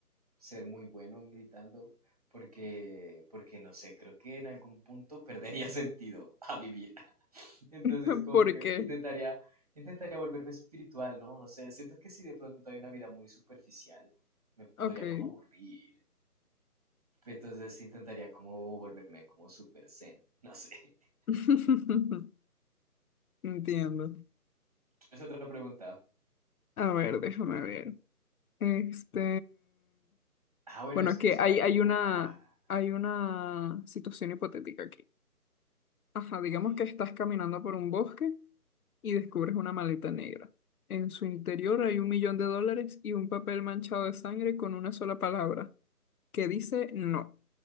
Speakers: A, on the right; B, on the left.
A: ser muy bueno meditando, porque, porque no sé, creo que en algún punto perdería <laughs> sentido a vivir. <laughs> Entonces,
B: <laughs>
A: como
B: ¿Por
A: que
B: qué?
A: intentaría, intentaría volverme espiritual, ¿no? No sé, siento que si de pronto hay una vida muy superficial, me podría
B: Ok.
A: como aburrir. Entonces intentaría como volverme como super zen, no sé. <laughs>
B: <laughs> Entiendo.
A: Es otra pregunta.
B: A ver, déjame ver. Este,
A: Ah, bueno,
B: bueno,
A: es que
B: que
A: es para
B: hay,
A: mí,
B: hay
A: ¿no?
B: una,
A: Ah,
B: hay una situación hipotética aquí. Ajá, digamos
A: ok.
B: que estás caminando por un bosque y descubres una maleta negra. En su interior hay un millón de dólares y un papel manchado de sangre con una sola palabra que dice no.